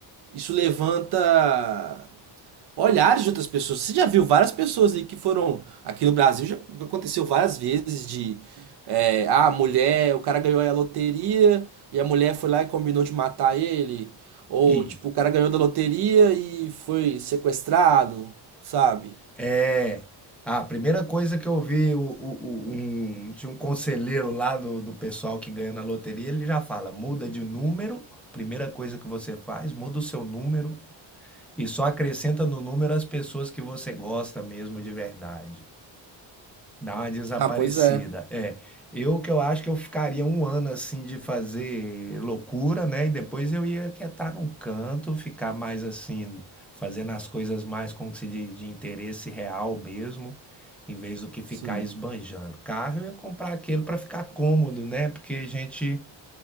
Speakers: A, on the right; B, in the centre.
A: isso levanta olhares de outras pessoas. Você já viu várias pessoas aí que foram. Aqui no Brasil já aconteceu várias vezes de. É, ah, a mulher, o cara ganhou a loteria e a mulher foi lá e combinou de matar ele. Ou,
B: e
A: tipo, o cara ganhou da loteria e foi sequestrado, sabe?
B: É. Ah, a primeira coisa que eu vi, o, o- o- um, tinha um conselheiro lá do, do pessoal que ganha na loteria, ele já fala: muda de número, primeira coisa que você faz, muda o seu número e só acrescenta no número as pessoas que você gosta mesmo de verdade. Dá uma desaparecida.
A: Ah, pois é.
B: É, eu que eu acho que eu ficaria um ano assim de fazer loucura, né? E depois eu ia quietar num canto, ficar mais assim, fazendo as coisas mais, como que se diz, de interesse real mesmo, em vez do que ficar
A: Sim,
B: esbanjando. Carro eu ia comprar aquele para ficar cômodo, né? Porque a gente,